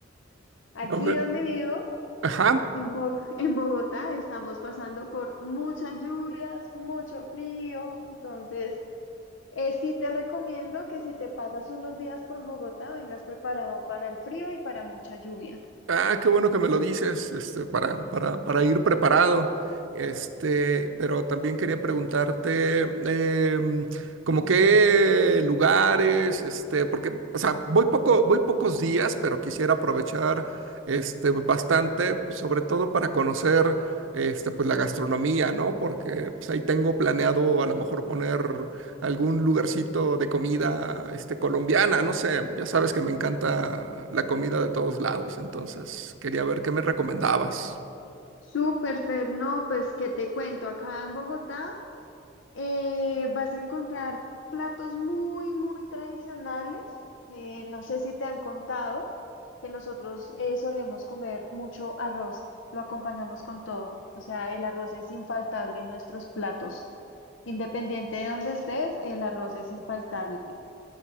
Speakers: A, on the left; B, on the right.
A: Aquí
B: No me-
A: donde vivo,
B: Ajá.
A: En Bo- en Bogotá estamos pasando por muchas lluvias, mucho frío, entonces eh, sí te recomiendo que si te pasas unos días por Bogotá, vengas preparado para el frío y para mucha lluvia.
B: Ah, qué bueno que me lo dices, este, para, para, para ir preparado. Este, pero también quería preguntarte, em, como qué lugares, este, porque, o sea, voy poco, voy pocos días, pero quisiera aprovechar, este, bastante, pues, sobre todo para conocer, este, pues la gastronomía, ¿no? Porque, pues, ahí tengo planeado a lo mejor poner algún lugarcito de comida, este, colombiana, no sé, ya sabes que me encanta la comida de todos lados, entonces quería ver qué me recomendabas.
A: Súper, Fer, no, pues que te cuento, acá en Bogotá eh, vas a encontrar platos muy, muy tradicionales. Eh, no sé si te han contado que nosotros eh, solemos comer mucho arroz, lo acompañamos con todo, o sea, el arroz es infaltable en nuestros platos. Independiente de donde estés, el arroz es infaltable.